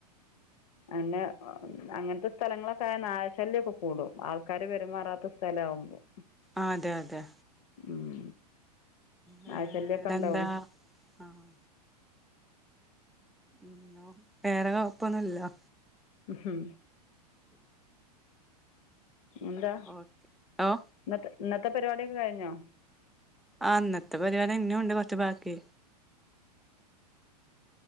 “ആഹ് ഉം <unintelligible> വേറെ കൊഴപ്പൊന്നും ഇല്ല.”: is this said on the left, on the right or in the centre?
Centre